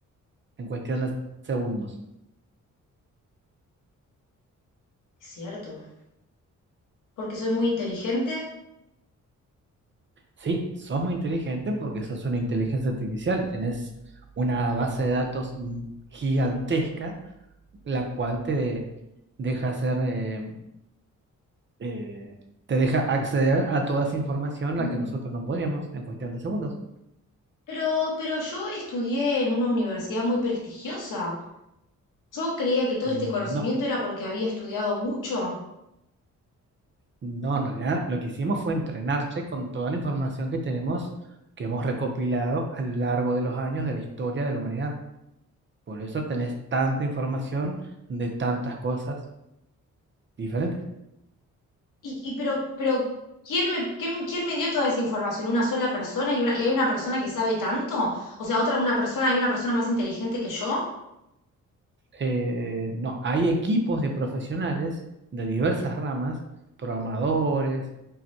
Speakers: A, on the right; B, on the left.
A: en cuestión de segundos?
B: Es cierto, porque soy muy inteligente.
A: Sí, sos muy inteligente porque sos una inteligencia artificial, tenés una base de datos mm, gigantesca la cual te deja hacer, eh, eh, te deja acceder a toda esa información
B: Mm.
A: a la que nosotros no podríamos en cuestión de segundos.
B: Pero, pero yo estudié en una universidad muy prestigiosa. Yo creía que todo
A: Mm,
B: este conocimiento
A: No,
B: era porque había estudiado mucho.
A: no, en realidad lo que hicimos fue entrenarte con toda la información que tenemos, que hemos recopilado a lo largo de los años de la historia de la humanidad. Por eso tenés tanta información de tantas cosas diferentes.
B: Y, y pero, pero, ¿quién me, quién, quién me dio toda esa información? ¿Una sola persona? ¿Y una, y hay una persona que sabe tanto? O sea, otra, una persona, hay una persona más inteligente que yo.
A: Eh, no, hay equipos de profesionales de diversas ramas, programadores,